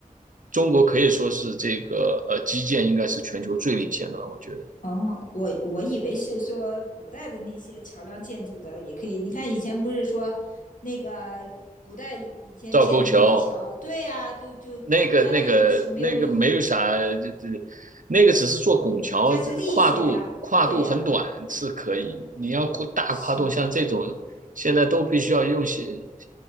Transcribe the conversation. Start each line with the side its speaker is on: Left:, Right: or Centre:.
Right: 中国可以说是这个呃基建应该是全球最领先的了。我觉得
Left: 哦，我我以为是说古代的那些桥梁建筑的也可以。你看以前不是说那个古代以前建的那些桥，
Right: 赵沟桥
Left: 对呀、啊就就相当于是没有用，
Right: 那个那个那个没有啥，这这那个只是做拱桥，
Left: 它是力学啊，
Right: 这跨度跨度很短是可以，
Left: 对呀、啊嗯，
Right: 你要大跨度，
Left: 是，
Right: 像这种现在都必须要用些